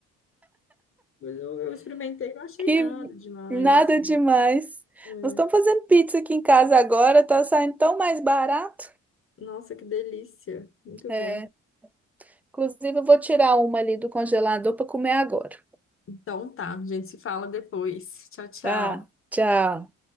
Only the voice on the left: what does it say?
Mas eu, eu experimentei, não achei
nada demais,
assim.
É.
Nossa, que delícia. Muito
bom.
Então tá, a gente se fala depois. Tchau, tchau.